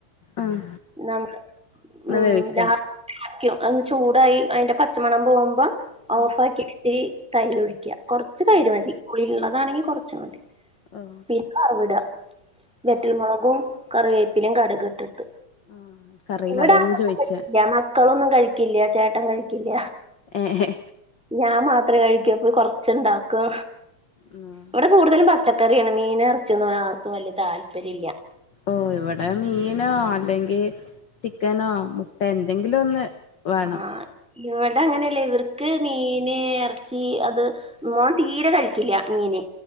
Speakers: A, on the left; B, in the centre.
A: ആഹ്
B: നമ്മുടെ
A: ഒന്ന്
B: ഹ്മ്മ്
A: വേവിക്ക
B: രാ അതൊന്ന് ചൂടായി അയിന്റെ പച്ചമണം പോകുമ്പോ ഓഫാക്കി
A: ആഹ്
B: ഇത്തിരി തൈരൊഴിക്ക്യ. കൊറച്ച് തൈര്
A: ഓഹ്
B: മതി പുളിയിള്ളതാണെങ്കിൽ കൊറച്ച് മതി.
A: ആഹ്
B: പിന്നെ വറവ്ട വെറ്റൽമുളകും കറിവേപ്പിലിം കടുക് ഇട്ടിട്ട്
A: ആഹ് ഇൻക്കറീല
B: ഇവിടെ
A: അതാ
B: ആര്ക്കും
A: ഞാൻ ചോയിച്ചെ
B: പറ്റില്ല മക്കളൊന്നും കഴിക്കില്ല ചേട്ടൻ കഴിക്കില്ല.
A: ഏഹ്
B: ഞാൻ മാത്രേ കഴിക്കൂ, അപ്പോ കൊറച്ച്ണ്ടാക്കു
A: ആഹ്
B: ഇവടെ കൂടുതലും പച്ചക്കറിയാണ്. മീന് ഇറച്ചിയൊന്നും ആർക്കും വല്യ താല്പര്യല്ലാ
A: ഓഹ് ഇവടെ മീനോ അല്ലെങ്കില് ചിക്കനോ മുട്ടേ എന്തെങ്കിലും ഒന്ന് വേണം
B: ആഹ് ഇവടങ്ങനെയല്ലാ, ഇവർക്ക് മീന് ഇറച്ചി അത് മോൻ തീരെ കഴിക്കില്ല മീന്.